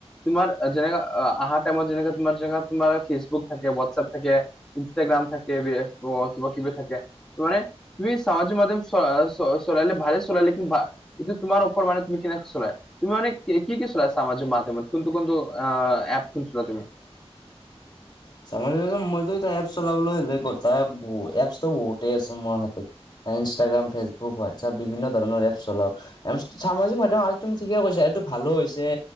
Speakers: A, in the centre; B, on the left (about 40°).
A: তোমাৰ যেনেকা আহাৰ টাইমত যেনেকা তোমাৰ যেনেকা তোমাৰ ফেচবুক থাকে হোৱাটছএপ থাকে ইনষ্টাগ্ৰাম থাকে ফেচবুক কিবা কিবি থাকে। মানে তুমি সামাজিক মাধ্যম চলাইলে ভালে চলাইলে কি এইটো তোমাৰ ওপত মানে তুমি কেনেকে চলাই। তুমি মানে কি কি চলা সমাজৰ মাধ্যমত কোনটো কোনটো অ এপ চলোৱা তুমি।
B: <unintelligible> মইতো এ এপছ চলাবলৈ হলে ক তাৰ এপছো বহুতেই আছে মোৰ হাতত। ইনষ্টাগ্ৰ ফেচবুক হোৱাটচাপ বিভিন্ন ধৰণৰ এপছ চলাও। সামাজিক মাধ্যয়ম আৰু তুমি ঠিকে কৈছা এইটো ভালো হৈছে।